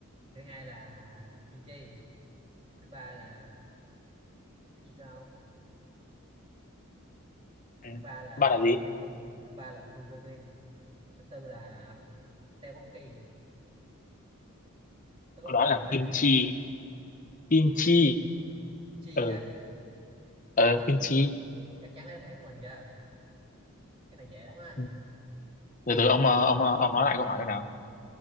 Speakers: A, on the right (about 25°); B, on the left (about 40°).
A: thứ hai là kim chi thứ ba là cái gì cơ không
B: Ừ.
A: thứ ba là
B: Bạn là gì?
A: bulgogi thứ ba là bulgogi thứ tư là tteokbokki tteokbokki
B: Đó là
A: rồi
B: kim chi. Kim
A: kim
B: chi.
A: chi kim chi
B: Ừ,
A: á
B: ừ, kim
A: ông
B: chi.
A: ông ông chắc chắn lấy đáp án của mình chưa cái này dễ lắm á
B: Ừ. từ từ ông ờ, ông ờ, ông nói lại câu hỏi thế nào